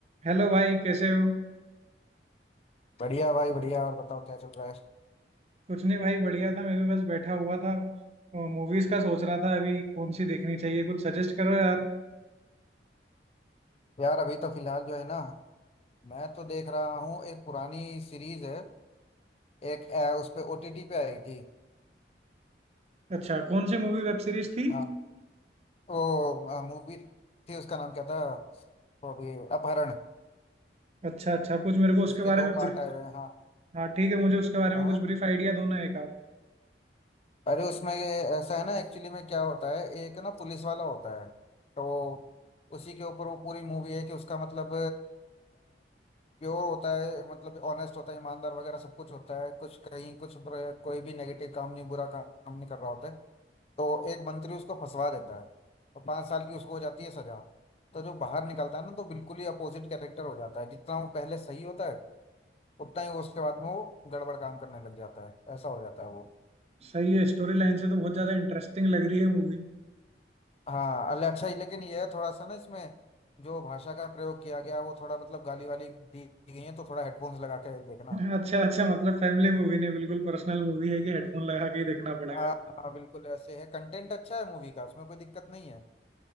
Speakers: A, on the right; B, on the left.
A: Hello भाई कैसे हो
B: बढ़िया भाई बढ़िया और बताओ क्या चल रहा है
A: कुछ नहीं भाई बढ़िया था मैं भी बस बैठा हुआ था मूवीज का सोच रहा था अभी कौन सी देखनी चाहिए कुछ सजेस्ट करो यार
B: यार अभी तो फिलहाल जो है ना मैं तो देख रहा हूँ एक पुरानी सीरीज है एक ए, उस पे ओटीटी पे आई थी
A: अच्छा कौन सी मूवी वेब सीरीज थी
B: हाँ वो मूवी थी उसका नाम क्या था वो अभी अपहरण
A: अच्छा अच्छा कुछ मेरे को उसके
B: उसके
A: बारे
B: दो
A: में
B: पार्ट
A: ब्री-
B: आए हुए हैं हाँ
A: हाँ ठीक है मुझे उसके बारे में
B: हाँ
A: कुछ ब्रीफ आइडिया दो ना एक आप
B: अरे उसमें ये ऐसा है ना एक्चुअली में क्या होता है एक ना पुलिस वाला होता है तो उसी के ऊपर वो पूरी मूवी है कि उसका मतलब प्योर होता है मतलब ऑनेस्ट होता है ईमानदार वगैरह सब कुछ होता है कुछ कहीं कुछ बुरा- कोई भी नेगेटिव काम नहीं बुरा काम काम नहीं कर रहा होता है तो एक मंत्री उसको फंसवा देता है तो पाँच साल की उसको हो जाती है सजा तो जो बाहर निकलता है ना तो बिल्कुल ही अपोजिट कैरेक्टर हो जाता है जितना वो पहले सही होता है उतना ही वो उसके बाद में वो गड़बड़ काम करने लग जाता है ऐसा हो जाता है वो
A: सही है स्टोरी लाइन से तो बहुत ज्यादा इंटरेस्टिंग लग रही है मूवी
B: हाँ अल्ले अच्छा ही लेकिन ये है थोड़ा सा ना इसमें जो भाषा का प्रयोग किया गया वो थोड़ा मतलब गाली वाली दी गई है तो थोड़ा हेडफोन्स लगा के देखना
A: <laughs> अच्छा अच्छा मतलब फैमिली मूवी नहीं बिल्कुल पर्सनल मूवी है कि हेडफोन लगा के ही देखना पड़ेगा
B: हाँ हाँ बिल्कुल ऐसे है कंटेंट अच्छा है मूवी का उसमें कोई दिक्कत नहीं है